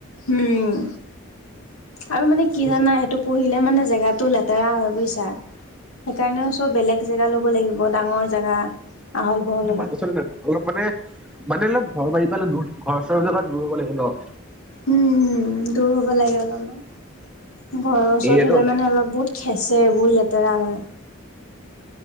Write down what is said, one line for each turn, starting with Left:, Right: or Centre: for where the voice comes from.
Left: উম আৰু মানে কি
Centre: বুজিছা।
Left: জানা সেইটো পুহিলে মানে জেগাতটো লেত তেৰা হয় বুজিছা। সেইকাৰণেও চব বেলেগ জেগা ল'ব লাগি বৰ ডাঙৰ জেগা আহল বহল অলপ,
Centre: মনুহ চানুহ অলপ মানে মানে অলপ ঘৰ বাৰীৰ পৰা দূৰ ঘৰ চৰ বিলাক দূৰ হবা হ'
Left: উম হম দূৰ হ'ব লাগে অলপমান ঘৰৰ ওচৰত
Centre: এৰিয়াটো
Left: হ'লে মানে অলপ বহুত খেচে বহু ল তেৰা হয়